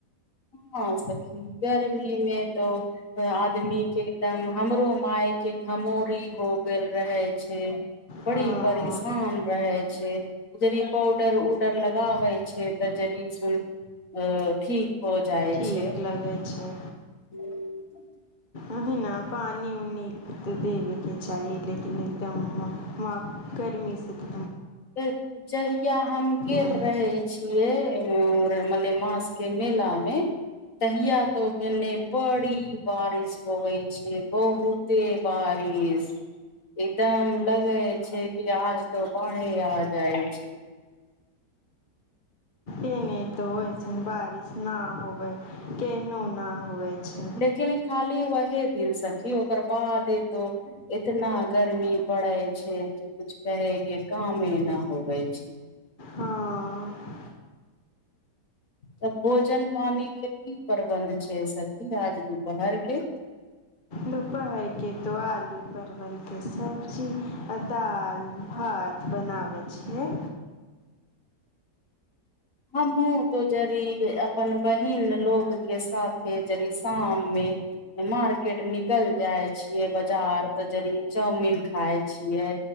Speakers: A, on the left; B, on the left.
A: हां सखी गर्मी मे त आदमी के एकदम, हमरो माय के घमोरी हो गेल रहे छै। बड़ी
B: हँ
A: परेशान रहै छै, जड़ी पौडर-उडर लगाबै छै तऽ जड़ी सुन अ ठीक हो जाइ
B: ठीक
A: छै
B: लगै छै।
A: <unintelligible>
B: ओहि ना पानी-उनी के देबे के चाही लेकिन एकदम मा मा गर्मी से ते
A: के जहिया हम गेल
B: मन
A: रहै छियै मलमास के मेला मे तहिआ तो गेने पड़ी कि बारिश होवे छै बहुते बारिश, एकदम लगै छै कि आज त पा तें आ जाइ छै।
B: इन्ने तो ओयसन बारिश ना होवै, केेहनो ना होवे। छै
A: लेकिन खाली वहे दिन सखी ओकर बादे तो एतना गर्मी पड़े छै कि कुछ कहै के कामे ना होबै छै।
B: हँ
A: तऽ भोजन पानी के की प्रबन्ध छै सखी आज दुपहर के।
B: दुपहर के तो आलू, परवल के सब्जी आ दाल, भात बनाबै छियै।
A: हमहु तो जड़ी अपन बहिन लोग के साथे जड़ी शाम मे मार्केट निकल जाय छियै बजार तऽ जड़ी चाउमिन खाय छियै